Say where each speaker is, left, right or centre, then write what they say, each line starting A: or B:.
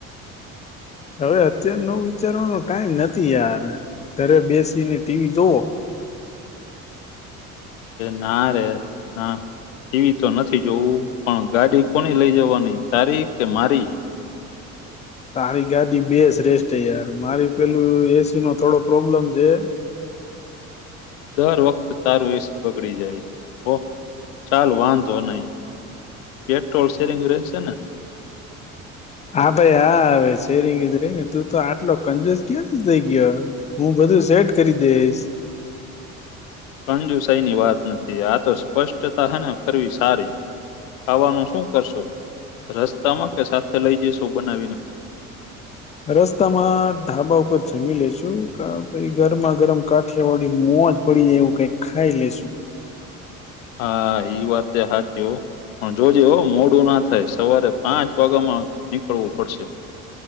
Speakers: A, on the left; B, on the left.
A: હવે અત્ય્યારે નવ વિચારવાનો ટાઈમ નથી યાર ઘરે બેસીની ટીવી જોવો
B: ના રે ના એવી તો નથી જોવું પણ ગાડી કોની લઈ જવાની તારી કે મારી
A: તારી ગાડી બેસ રેસ્ટ યાર મારી પેલું એસી નો થોડો પ્રોબ્લેમ છે
B: દર વખત તારું એસ બગડી જાય ઓ ચાલ વાંધો નહી પેટ્રોલ શેરિંગ રહેશે ને
A: હા ભાઈ હા હવે શેરીિંગજ રહી ને તું તો આટલો કંજોસ ક્યાંથી થઇ ગયો હું બધું સેટ કરી દઈશ
B: રંજુ સયની વાત નથી આ તો સ્પષ્ટતા હેને ફવી સારી ખવાનું શું કરશો રસ્તા માં કે સાથે લઈ જઈશ બનાવીને
A: રસ્તામાં ઢાબા ઉપર જમી લેશુ કે ભઈ ગરમા ગરમ કાઠિયાવાડી મોજ પડી જાય એવું કઈક ખાઈ લેશુ.
B: હા ઈ વાતે હાચી હો પણ જોજે મોડું ના થાય સવારે પાંચ વાગ્યામાં નીકળવું પડશે.